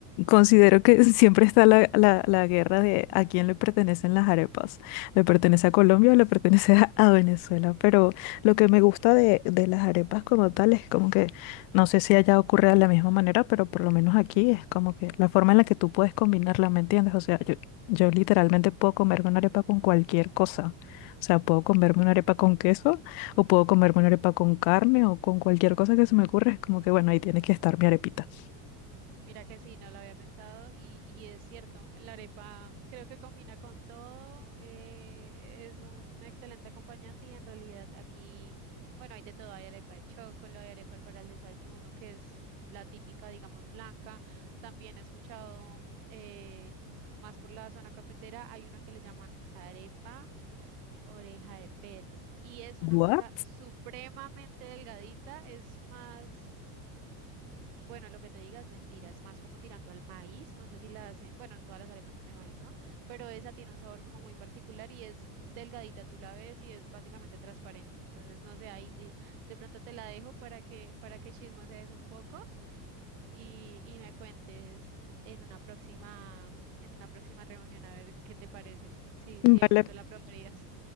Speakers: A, on the left (about 50°); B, on the right (about 70°).
A: Considero que <laughs> siempre está la, la- la guerra de a quién le pertenecen las arepas. ¿Le pertenece a Colombia o le pertenece a, a Venezuela? Pero lo que me gusta de, de las arepas como tal es como que, no sé si allá ocurre de la misma manera, pero por lo menos aquí es como que la forma en la que tú puedes combinarla, ¿me entiendes? O sea, yo, yo literalmente puedo comerme una arepa con cualquier cosa. O sea, puedo comerme una arepa con queso o puedo comerme una arepa con carne o con cualquier cosa que se me ocurra. Es como que, bueno, ahí tiene que estar mi arepita.
B: Mira que sí, no lo había pensado y, y es cierto, la arepa creo que combina con todo, eh, es un excelente acompañante y en realidad aquí, bueno, hay de todo, hay arepa de chocolo, hay arepa para el desayuno, que es mm, la típica, digamos, blanca. También he escuchado eh, más por la zona cafetera, hay una que le llaman arepa. oreja de perro y es una
A: ¿What?
B: cosa supremamente delgadita, es más bueno, lo que te diga es mentira, es más como tirando al maíz, no sé si la hacen, bueno, todas las arepas son de maíz, ¿no? Pero esa tiene un sabor como muy particular y es delgadita, tú la ves y es básicamente transparente, entonces no sé, ahí de, de pronto te la dejo para que, para que chismosees un poco y, y me cuentes de- en una próxima, en una próxima reunión a ver qué te parece, sí,
A: Vale,
B: sí, de pronto la probarías.